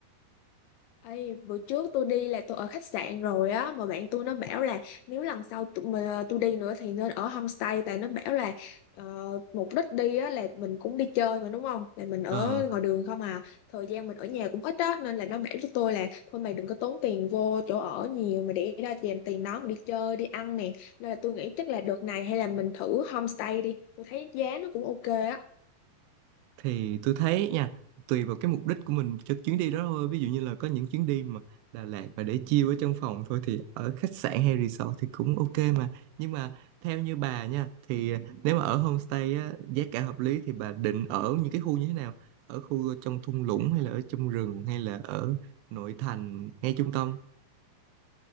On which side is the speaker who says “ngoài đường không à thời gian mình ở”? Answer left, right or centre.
Left